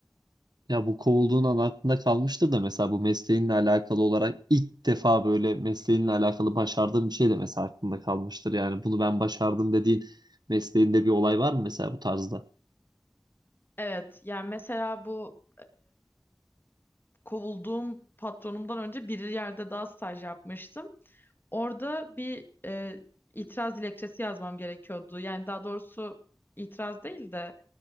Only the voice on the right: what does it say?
Ya bu kovulduğun an aklında kalmıştır da mesela bu mesleğinle alakalı olarak ilk defa böyle mesleğinle alakalı başardığın bir şey de mesela aklında kalmıştır. Yani bunu ben başardım dediğin mesleğinde bir olay var mı mesela bu tarzda?